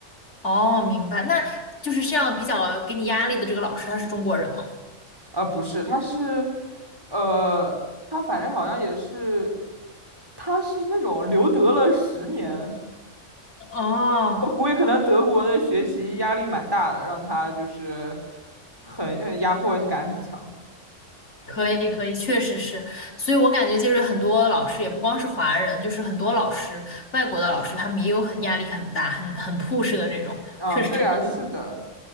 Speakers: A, on the left; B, on the right.
A: 哦，明白。那就是这样比较给你压力的这个老师，他是中国人吗？
B: 啊、不是，他是，呃，他反正好像也是，他是那种留德了十年，
A: 哦，
B: 我估计可能德国的学习压力蛮大的，让他就是很呃压迫感很强。
A: 可以可以，确实是，所以我感觉就是很多老师也不光是华人，就是很多老师，外国的老师他们也有很压力很大、很很 push 的这种，
B: 嗯，
A: 确实都有。
B: 对啊，是的。